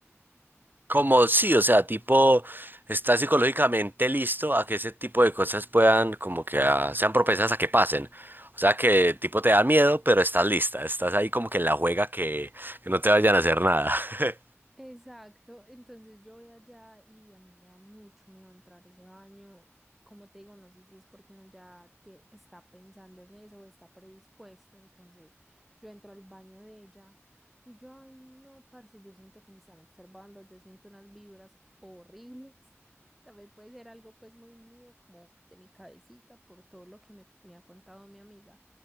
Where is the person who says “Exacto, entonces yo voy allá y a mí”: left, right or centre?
Centre